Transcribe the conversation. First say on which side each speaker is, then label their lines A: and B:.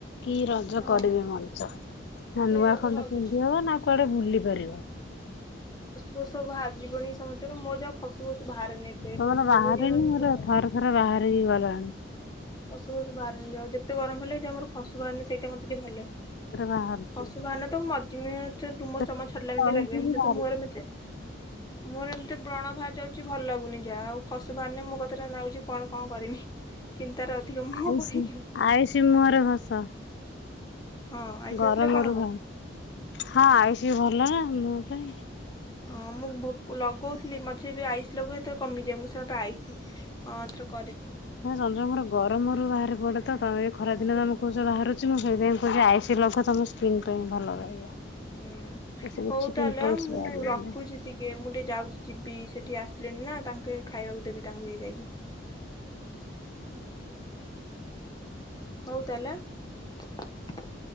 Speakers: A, on the left; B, on the left.
A: କି ରଜ
B: ହଁ
A: କରିବେ ମଣିଷ ନା
B: ସେଇଆ
A: ନୂଆ
B: ପା
A: ଖଣ୍ଡ
B: ଭାବୁଛି।
A: ପିନ୍ଧି ହବ ନା କୁଆଡେ ବୁଲି ପାରିବ।
B: ଫସୁ ବାହାର ଯିବନି ସମସ୍ତେ ର ମୋ ଯା ଖସୁ ଖସୁ ବାହାରେନି ଏତେ
A: ତମର
B: ମୋ
A: ବାହାରିନି
B: ବୋଉ ଦ ହେ
A: ମୋର
B: ବା
A: ଥରେ ଥରେ ବାହାରିକି ଗଲାଣି।
B: ଅସୁ ଅସୁ ବାହାରାରେି ଯାଉ ଯେତେ ଗରମ ହେଲେ ବି ଯ ଆମର ପଶୁ ବାହାନ ସେଇଟା ମତେ ଟିକେ ଭଲ
A: ରେ ବାହାରୁଛି
B: ପଶୁ ବାହାନ ତ ମଝି ରୁମ
A: ପେଟ
B: ଚମଚ ଛରିଲା ଏମିତି
A: ହଉଛି
B: ଲାଗିବ ଏମିତି
A: ବି ବାହାରୁଛି।
B: ତ ମୁହରେ ମେ ମୋର ଏମିତି ବ୍ରଣ ବାହାର ଯାଉଛି ଭଲ ଲାଗୁନି ଯାହା ଆଉ ଖସୁ ବାହାରିଲେ ମୁଁ କଥା ଟା ନଉଛିୁ କଣ କଣ କରିମି ଚିନ୍ତାରେ ଅଧିକ ମୁହଁ
A: ଆଇଷ
B: କଣ ହେଇଯିବ
A: ଆଇଷି ମୁହଁରେ ଘସ
B: ହଁ ଆଇସ୍
A: ଗରମରୁ
B: ଆସିଲେ କଣ ହବ?
A: ଭ ହଁ ଆଇଷ ବି ଭଲ ନା ମୋ ପାଇଁ
B: ହଁ ମୁଁ ଲଗଉଥିଲି ମଝେ ବି ଆଇସ୍ ଲଗେଇଥିଲି। ତ କମିଯା ମୁଁ ସେ ପାଇଛି। ଥି ହଁ ଏଥରକ
A: ହ ଚନ୍ଦ୍ର ମୋର ଗରମ ରରୁ ବାହାରାରେ ପଡେ ତମେ ଖରା
B: ହଁ
A: ଦିନ
B: ପା।
A: ତମେ କହୁଛ ବାହାରୁଛି ମୁଁ ସେଇଥି ତ ଆଇସି ଲଗ ତମ ସ୍କ୍ରିିନ ପାଇଁ ଭଲ ରହିବ।
B: ହୁଁ
A: ଏଥିରେ
B: ହଉ
A: କିଛି
B: ତାହେଲେ
A: ପିମ୍ପଲ୍ସ
B: ମୁଁ
A: ବାହାରିବନି।
B: ରଖୁଛି ଟିକେ ମୁଁ ଟିକେ ଯାଉଛି ଯିବି। ଟିକେ ଆସିଲେଣି ନା ତାଙ୍କେ ଖାଇବାକୁ ଦେବି ତାଙ୍କୁ ଇଏ ଯାଇକି। ହଉ ତାହେଲା ଆ।